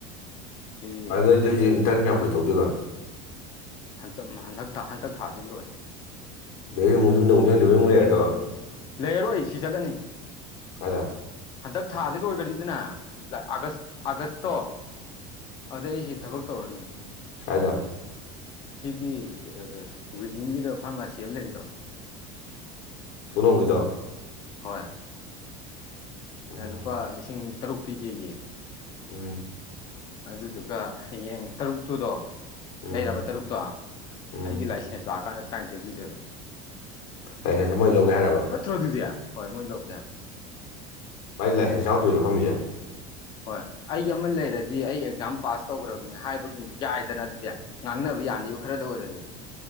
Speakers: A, on the left (about 25°); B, on the left (about 80°).
A: ꯁꯤꯒꯤ
B: ꯑꯗꯨ ꯅꯣꯏꯗꯤ
A: ꯀꯩꯅꯣꯒꯤ
B: ꯍꯧꯖꯤꯛ ꯏꯟꯇꯔꯟ ꯀꯌꯥꯝ ꯀꯨꯏ ꯇꯧꯗꯣꯏꯕ
A: ꯟꯛ ꯍꯟꯗꯛ ꯍꯟꯇꯛ ꯊꯥꯁꯤ ꯂꯣꯏꯔꯦ
B: ꯑꯗꯩ ꯑꯃꯨꯛꯁꯨ ꯅꯧ ꯂꯦꯡꯗꯕ
A: ꯇꯥꯔꯤꯛ ꯀꯨꯟ
B: ꯑꯃꯨꯛ ꯂꯩꯔꯗꯕ
A: ꯀꯨꯟ ꯂꯩꯔꯔꯣꯏ ꯁꯤ ꯆꯠꯂꯅꯤ
B: ꯀꯗꯥ
A: ꯍꯟꯗꯛ ꯊꯥꯁꯦ ꯂꯣꯏꯒꯅꯤꯗꯅ ꯖꯨꯟ ꯖꯨꯂꯥꯏ ꯑꯥꯒꯁ ꯑꯥꯒꯁꯇꯣ ꯑꯗꯨꯗꯩ ꯑꯩꯁꯤ ꯊꯕꯛ ꯇꯣꯔꯅꯤ
B: ꯐꯥꯏꯖ
A: ꯁꯤꯒꯤ ꯋꯤꯅꯤꯡꯒꯤꯗꯣ ꯐꯥꯔꯃꯥꯁꯤ ꯑꯃ ꯂꯩꯕꯗ꯭ꯔꯣ
B: ꯄꯨꯅꯣꯖ
A: ꯍꯣꯏ
B: ꯎꯝ
A: ꯂꯨꯄꯥ ꯂꯤꯁꯤꯡ ꯇꯔꯨꯛ ꯄꯤ ꯀꯦꯒꯤ
B: ꯎꯝ
A: ꯑꯗꯨꯗꯨꯒ ꯍꯌꯦꯡ ꯇꯔꯨꯛꯇꯨꯗꯣ
B: ꯎꯝ
A: ꯂꯩꯔꯕ ꯇꯔꯨꯛꯇꯣ
B: ꯎꯝ
A: ꯑꯩꯒꯤ ꯂꯥꯏꯁꯦꯟꯁ ꯂꯥꯛꯑꯀꯥꯟꯗ ꯇꯔꯥꯅꯤꯊꯣꯏ ꯄꯤꯗꯣꯏꯕ
B: ꯑ ꯃꯣꯏ ꯍꯥꯏꯔꯕ
A: ꯐꯠꯇ꯭ꯔꯣ ꯑꯗꯨꯗꯤ ꯍꯣꯏ ꯃꯣꯏ ꯂꯧꯒꯦ ꯍꯥꯏꯕ
B: ꯃ ꯂꯥꯏꯁꯦꯟꯁ ꯌꯥꯗꯣꯏꯔꯣ ꯐꯝꯃꯤꯁꯦ
A: ꯍꯣꯏ ꯑꯩ ꯑꯃ ꯂꯩꯔꯗꯤ ꯑꯩ ꯑꯦꯛꯖꯥꯝ ꯄꯥꯁ ꯇꯧꯈ꯭ꯔꯕꯅꯦ ꯍꯥꯏꯕꯒꯤ ꯌꯥꯏꯗꯅ ꯑꯗꯨꯗꯤ ꯉꯥꯡꯅꯕ ꯌꯥꯅꯤꯕ ꯈꯔꯗ ꯑꯣꯏꯔꯁꯨꯦ